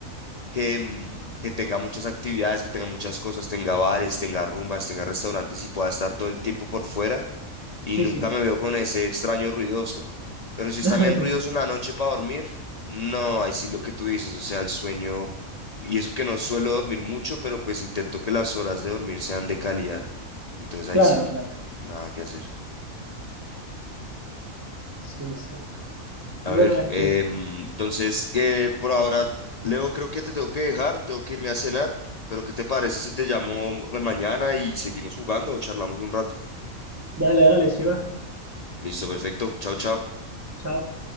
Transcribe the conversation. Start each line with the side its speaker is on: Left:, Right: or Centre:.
Left: que, mm, que tenga muchas actividades, que tenga muchas cosas, tenga bares, tenga rumbas, tenga restaurantes y pueda estar todo el tiempo por fuera y
Right: sí,
Left: nunca
Right: sí.
Left: me veo con ese extraño ruidoso. Pero si está
Right: <laughs>
Left: bien ruidoso en la noche para dormir, no, ahí sí lo que tú dices, o sea, el sueño, y eso que no suelo dormir mucho, pero pues intento que las horas de dormir sean de calidad. Entonces ahí
Right: Claro,
Left: sí,
Right: claro.
Left: nada que hacer.
Right: Sí, sí.
Left: A
Right: Y bueno,
Left: ver,
Right: este,
Left: em, entonces, eh, por ahora, Leo, creo que te tengo que dejar, tengo que irme a cenar, pero ¿qué te parece si te llamo eh, mañana y seguimos jugando o charlamos un rato?
Right: dale, dale, si va.
Left: Listo, perfecto. Chao, chao.
Right: Chao.